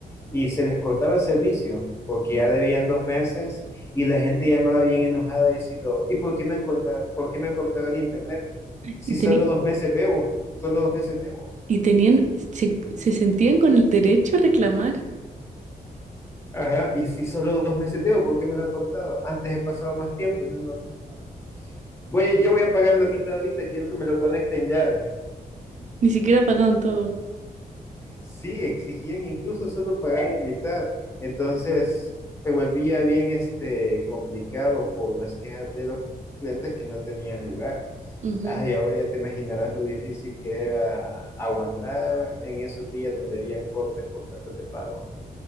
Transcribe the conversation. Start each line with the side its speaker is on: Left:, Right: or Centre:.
Left: y se les cortaba el servicio porque ya debían dos meses y la gente llamaba bien enojada diciendo, ¿y por qué me han cortado, por qué me han cortado el internet? Si
Right: Y,
Left: solo
Right: teni-
Left: dos meses debo, solo dos meses debo.
Right: y tenían, se, se sentían con el derecho a reclamar.
Left: Ajá, y si solo dos meses debo, ¿por qué me lo han cortado? Antes he pasado más tiempo y no me lo han cortado. Güey, yo voy a pagar la mitad ahorita, quiero que me lo conecten ya.
Right: Ni siquiera pagaban todo.
Left: Sí, exigían incluso solo pagar la mitad. Entonces, se volvía bien este, complicado por las quejas de los clientes que no tenían lugar.
Right: Ujú.
Left: Ay, ahora ya te imaginarás lo difícil que era aguantar en esos días donde habían cortes por falta de pago.